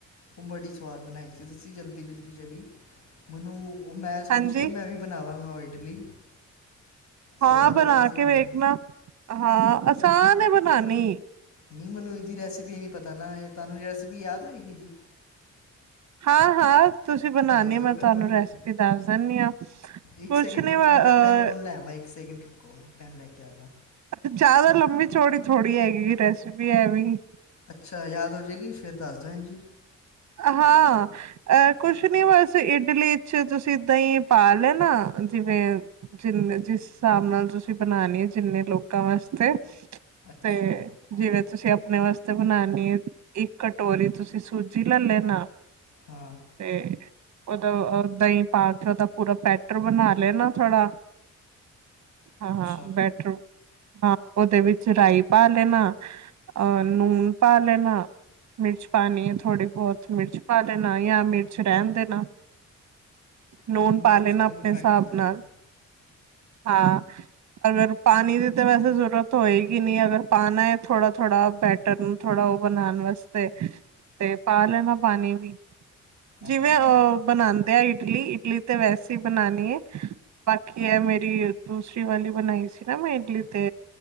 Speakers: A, on the left; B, on the right.
A: ਉਹ ਬੜੀ ਸਵਾਦ ਬਣਾਈ ਸੀ ਤੁਸੀ ਜਲਦੀ-ਜਲਦੀ 'ਚ ਵੀ ਮੈਨੂੰ ਉਹ ਮੈਂ ਸੋਚਿਆ
B: ਹਾਂਜੀ
A: ਮੈਂ ਵੀ ਬਣਾਵਾਂਗਾ ਉਹ ਇਡਲੀ
B: ਹਾਂ,
A: ਸਵਾਦ
B: ਬਣਾ
A: ਲੱਗੀ ਸੀ
B: ਕੇ
A: ਮੈਨੂੰ।
B: ਵੇਖਣਾ ਹਾਂ ਆਸਾਨ ਏ ਬਣਾਨਣੀ।
A: ਨਹੀਂ ਮੈਨੂੰ ਇਹਦੀ ਰੈਸਪੀ ਨਹੀਂ ਪਤਾ ਨਾ ਇਹ ਤੁਹਾਨੂੰ ਰੈਸਿਪੀ ਯਾਦ ਹੋਏਗੀ ਏਹਦੀ?
B: ਹਾਂ-ਹਾਂ। ਤੁਸੀਂ ਬਣਾਉਾਨਣੀ
A: ਦੱਸ ਦਿਉ
B: ਮੈਂ
A: ਫਿਰ
B: ਤੁਹਾਨੂੰ
A: ਮੈਨੂੰ
B: ਰੈਸਪੀ ਦੱਸ ਦਿੰਦੀ ਹਾਂ ਕੁਛ
A: ਇੱਕ ਸੈਕਿੰਡ
B: ਨੀ
A: ਰੁਕੋ
B: ਮ ਅਹ
A: ਮੈਂ ਪੈੱਨ ਪੁੰਨ ਲੈ ਆਵਾਂ ਇੱਕ ਸੈਕਿੰਡ ਰੁਕੋ ਪੇਨ ਲੈ ਕੇ ਆ ਜਾ।
B: ਜਿਆਦਾ ਲੰਮੀ ਚੌੜੀ ਥੋੜ੍ਹੀ ਹੈਗੀ ਰੈਸਪੀ ਐ ਵੀਂ
A: ਅੱਛਾ ਯਾਦ ਹੋ ਜਾਵੇਗੀ ਫੇਰ ਦੱਸ ਦੇਣ ਜੀ।
B: ਹਾਂ ਅ ਕੁਛ ਨੀ ਬਸ ਇਡਲੀ ਚ ਤੁਸੀਂ ਦਹੀਂ ਪਾ ਲੈ ਨਾ। ਜਿਵੇਂ ਜਿੰਨੇ ਜਿਸ ਹਿਸਾਬ ਨਾਲ ਤੁਸੀਂ ਬਣਾਨੀ ਜਿੰਨੇ ਲੋਕਾਂ ਵਾਸਤੇ
A: ਅੱਛਾ
B: ਤੇ ਜਿਵੇਂ ਤੁਸੀਂ ਆਪਣੇ ਵਾਸਤੇ ਬਣਾਨਣੀ ਹੈ ਇੱਕ ਕਟੋਰੀ ਤੁਸੀਂ ਸੂਜੀ ਜਲਾ ਲੈਣਾ
A: ਹਾਂ
B: ਤੇ ਉਦੋਂ ਦਹੀਂ ਪਾ ਕੇ ਉਹਦਾ ਪੂਰਾ ਪੈਟਰ ਬਣਾ ਲਿਆ ਨਾ, ਥੋੜਾ ਹਾਂ-ਹਾਂ
A: ਅੱਛਾ
B: ਬੈ ਹਾਂ ਉਹਦੇ ਵਿੱਚ ਰਾਈ, ਪਾ ਲੈਣਾ ਅ ਨੂਣ ਪਾ ਲੈਣਾ, ਮਿਰਚ ਪਾਣੀ ਹੈ। ਥੋੜ੍ਹੀ ਬਹੁਤ ਮਿਰਚ ਪਾ ਲਣਾ ਜਾਂ ਮਿਰਚ ਰਹਿਣ ਦੇਣਾ।
A: ਨਹੀਂ
B: ਨੂਨ
A: ਮਿਰਚੀ
B: ਪਾ ਲੈਣਾ
A: ਤਾਂ
B: ਆਪਣੇ
A: ਮੈਂ
B: ਹਿਸਾਬ
A: ਘੱਟ ਹੀ ਖਾਂਦਾ
B: ਨਾਲ। ਹਾਂ ਅਗਰ ਪਾਣੀ ਦੀ ਤੇ ਵੈਸੇ ਜ਼ਰੂਰਤ ਹੋਏਗੀ ਨੀ ਅਗਰ ਪਾਣਾ ਹੈ, ਥੋੜਾ -ਥੋੜਾ ਬੈਟਰ ਥੋੜਾ ਉਹ ਬਣਾਉਣ ਵਾਸਤੇ। ਤੇ ਪਾ ਲੈਣਾ ਪਾਣੀ ਵੀ, ਜਿਵੇਂ
A: ਅੱਛਾ
B: ਅਹ। ਬਣਾਉਦੇ ਆ ਇਡਲੀ, ਇਡਲੀ ਤੇ ਵੈਸੇ ਹੀ ਬਣਾਉਾਨਣੀ ਹੈ। ਬਾਕੀ ਇਹ ਮੇਰੀ ਦੂਸਰੀ ਵਾਲੀ ਬਣਾਈ ਸੀ, ਨਾ ਮੈਂ ਇਡਲੀ ਤੇ